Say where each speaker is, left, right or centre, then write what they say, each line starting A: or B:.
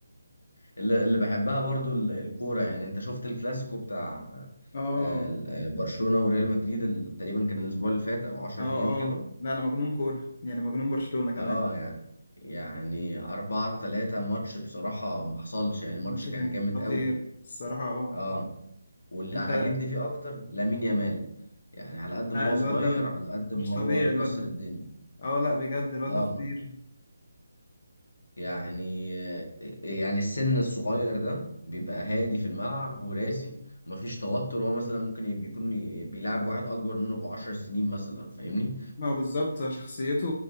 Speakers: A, on the left (about 80°); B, on the left (about 40°).
A: اللي اللي بحبها برضو ال- الكورة يعني انت شفت الكلاسيكو بتاع
B: اه
A: آه، ال- آه، برشلونة وريال مدريد ال- تقريبا كان الاسبوع اللي فات او 10
B: اه
A: ايام كده
B: اه لا انا مجنون كوره يعني مجنون برشلونه كمان
A: اه يعني يعني 4 3 ماتش بصراحة ما حصلش يعني ماتش
B: الماتش
A: كان
B: كان
A: جامد
B: خطير
A: قوي
B: الصراحه اه
A: اه واللي
B: انت
A: عاجبني فيه اكتر لامين يامال يعني على قد
B: لا
A: ما هو
B: الواد
A: صغير
B: ده م-
A: على قد ما
B: مش طبيعي
A: هو مكسر
B: الواد ده
A: الدنيا
B: اه لا بجد الواد
A: اه
B: ده خطير
A: يعني يعني السن الصغير ده بيبقى هادي في الملعب وراسي ومفيش توتر هو مثلا ممكن يبقى- يكون بيلعب واحد اكبر منه بعشر سنين مثلا فاهمني
B: ما هو بالظبط شخصيته